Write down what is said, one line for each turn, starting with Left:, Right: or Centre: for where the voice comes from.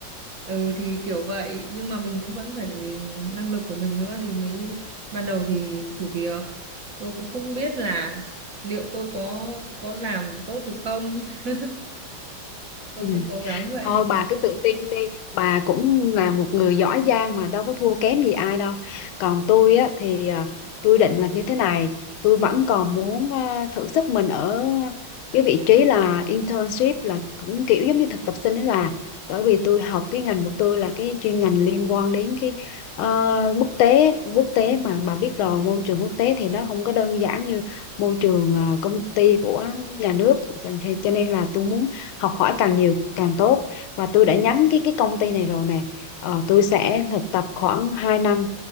Right: ừ thì kiểu vậy nhưng mà mình cũng vẫn phải năng lực của mình nữa thì mới ban đầu thì thử việc tôi cũng không biết là liệu tôi có có làm tốt được không <laughs> tôi
Left: ừ
Right: cứ cố gắng vậy
Left: thôi bà cứ tự tin đi bà cũng là một người giỏi giang mà đâu có thua kém gì ai đâu còn tôi á thì à, tôi định là như thế này tôi vẫn còn muốn à, thử sức mình ở cái vị trí là internship là cũng kiểu giống như thực tập sinh đấy bà bởi vì tôi học cái ngành của tôi là cái chuyên ngành liên quan đến cái ờ, quốc tế quốc tế mà bà biết rồi môi trường quốc tế thì nó không có đơn giản như môi trường ờ, công ty của nhà nước cho cho nên là tôi muốn học hỏi càng nhiều càng tốt và tôi đã nhắm cái cái công ty này rồi nè Ờ, tôi sẽ thực tập khoảng 2 năm